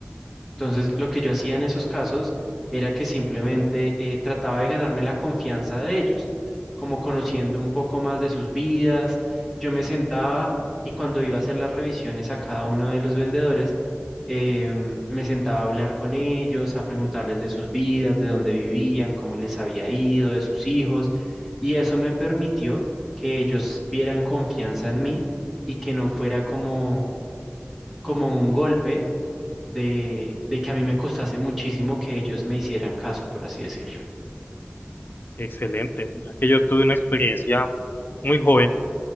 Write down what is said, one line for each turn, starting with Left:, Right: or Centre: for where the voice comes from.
Centre: Entonces, lo que yo hacía en esos casos era que simplemente eh, trataba de ganarme la confianza de ellos, como conociendo un poco más de sus vidas. Yo me sentaba y cuando iba a hacer las revisiones a cada uno de los vendedores, em, me sentaba a hablar con ellos, a preguntarles de sus vidas, de dónde vivían, cómo les había ido, de sus hijos. Y eso me permitió que ellos vieran confianza en mí y que no fuera como, como un golpe de, de que a mí me costase muchísimo que ellos me hicieran caso, por así decirlo.
Left: Excelente. Aquí yo tuve una experiencia muy joven.